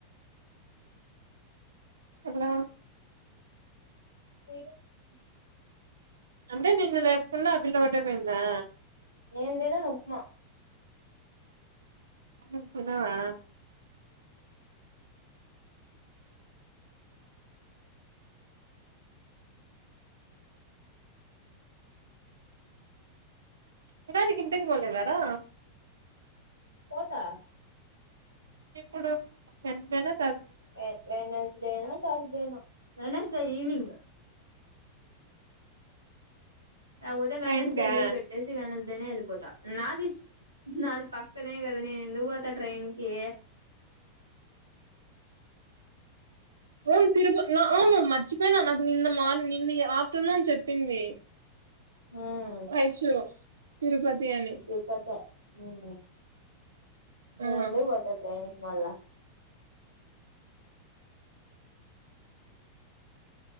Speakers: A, on the right; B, on the right.
A: ఎలా
B: పోయిచ్చింది
A: అంటే నిన్ను లేపకుండా ఆ పిల్ల ఒకటే పోయిందా
B: నేను తినను ఉప్మా
A: నువ్ తినవా తినానికి ఇంటికి పోలే వరా
B: పోతా
A: ఇప్పుడు <unintelligible>
B: ఏ Wednesday no Thursday no Wednesday evening కపోతే వెనస్డే
A: ట్రైన్ కా
B: లీవ్ బేట్టేసి వెనస్ నేనే ఎళ్ళిపోత నాది నాది పక్కనే గదనే నేను ఎందుకు పోతా ట్రైన్ కీ
A: ఓం తిరుప న ఓం అ అవు మర్చిపోయిన నాకు నిన్న మార్నీ నిన్న ఆఫ్టర్నూన్ చెప్పింది.
B: హ్మ్
A: వయసులో తిరుపతి అని
B: తిరుప్పతే హ్మ్ నేను
A: ఆ
B: ఎందుకు పోతా ట్రైన్ వాళ్ళ